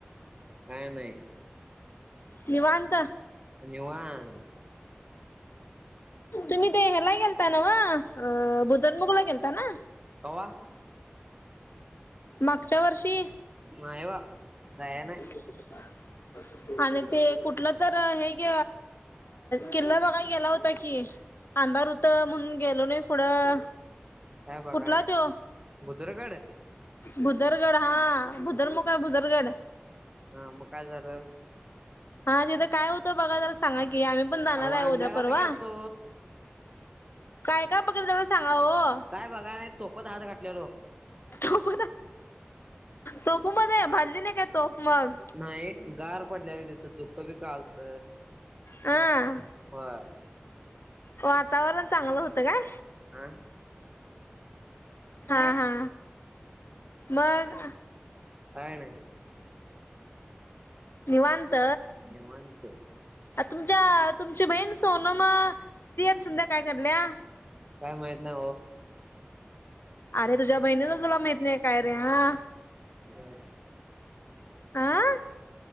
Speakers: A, on the right; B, on the left.
A: काय नाही.
B: निवांत.
A: निवांत
B: तुम्ही ते ह्याला गेलता नव्ह? अ बुधन मुगला गेलता ना.
A: कवा?
B: मागच्या वर्षी.
A: नाय बा नाय नाय.
B: ह. आणि ते कुठलं तर हे ग किल्ला बघाय गेला होता. कि अंधार होत म्हणून गेलो नाही पुढं.
A: काय बघाय
B: कुठला
A: नाही
B: त्यो?
A: भुतरकड
B: भुदरगड हा भुदर मुख हाय भुदरगड.
A: हा मग काय झालं?
B: हा तिथं काय होतं बघा जरा सांगा की आम्ही पण जाणार
A: अहो अंधारात
B: आहे उद्या परवा.
A: गेलतो
B: काय काय बघायच तेवढं? सांगा हो.
A: काय बघाय नाही तोफत हात घातल्या
B: तोफ तोफ मध्ये भाजली नाही काय तोफ मग?
A: नाही गार पडल्याल तिथं धुक बीक आलत
B: हा
A: होय.
B: वातावरण चांगलं होतं काय?
A: आं?
B: हा हा मग.
A: काही नाय.
B: निवांत?
A: निवांत
B: तुमच्या तुमची बहीण सोन मग तिएक संध्या काय करल्या?
A: काय माहित नाही ओ.
B: अरे तुझ्या बहिणीच तुला माहित नाही काय रे हा.
A: नाही.
B: आं?